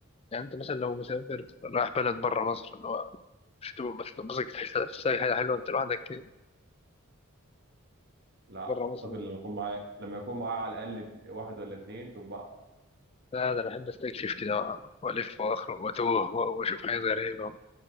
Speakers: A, on the left; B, on the right.
A: يعني انت مثلا لو مسافر رايح بلد بره مصر اللي هو مش تبقى مش تبقى تحس تحسها حاجه حلوه انت لوحدك
B: لا
A: بره
B: اعتقد
A: مصر
B: لما يكون معايا لما يكون معايا على الاقل اتن- واحد ولا اتنين تبقى
A: لا ده انا بحب استكشف كده والف واخرج واتوه واشوف حاجات غريبه